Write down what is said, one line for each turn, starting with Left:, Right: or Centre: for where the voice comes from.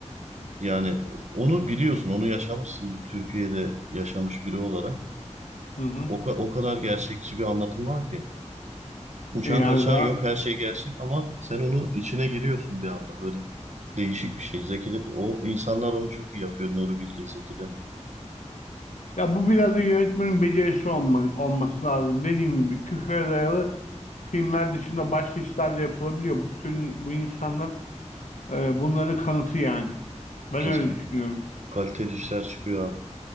Right: Yani onu biliyorsun, onu yaşamışsın bir Türkiye'de yaşamış biri olarak.
Left: Hı hı.
Right: O, ka- o kadar gerçekçi bir anlatım var ki. Uçan
Left: E, Yani
Right: kaçan
Left: zaten,
Right: yok, her şey gerçek ama sen onu içine giriyorsun bir anda böyle. Değişik bir şey. Zeki de, o insanlar onu çok iyi yapıyor. Nuri Bilge, Zeki de.
Left: ya bu biraz da yönetmenin becerisi olma, olması lazım. Dediğim gibi küfre dayalı filmler dışında başka işler de yapılabiliyor. Bu tür in- bu insanlar E, bunların kanıtı yani. Ben
Right: Kesinlikle
Left: öyle düşünüyorum.
Right: kaliteli işler çıkıyor abi.